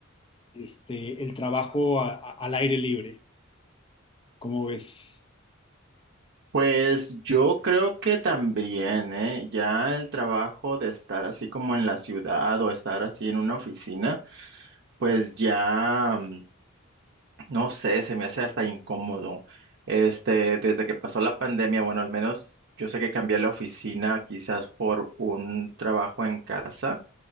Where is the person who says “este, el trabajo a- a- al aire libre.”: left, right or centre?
Left